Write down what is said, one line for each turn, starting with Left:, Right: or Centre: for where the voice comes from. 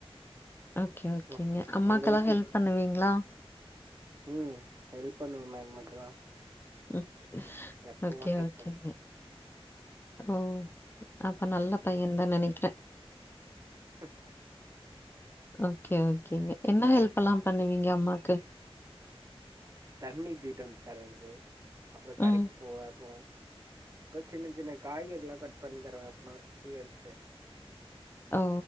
Left: ஓகே ஓகேங்க
Right: ஓ,
Left: அம்மாக்கெல்லா
Right: உங்க வீட்ல
Left: ஹெல்ப் பண்ணுவீங்களா
Right: ம் ஹெல்ப் பண்ணுவ மேம் மதுவா
Left: ம்.
Right: எப்பவு
Left: ஓகே,
Right: ஹெல்ப்
Left: ஓகேங்க.
Right: பண்ணி
Left: ஓ அப்ப நல்ல பையன்தா நெனைக்கிறே
Right: <inaudible>
Left: ஓகே ஓகேங்க என்ன
Right: வேற
Left: ஹெல்பல பண்ணுவீங்க அம்மாக்கு
Right: தண்ணி தீட்டம் தரறது அப்புரோ கடைக்கு
Left: ம்.
Right: போவா போ சின்ன சின்ன காய்கறிலா கட் பண்ணி தருவே அப்னா ஃப்ரிய இருகுது
Left: ஓ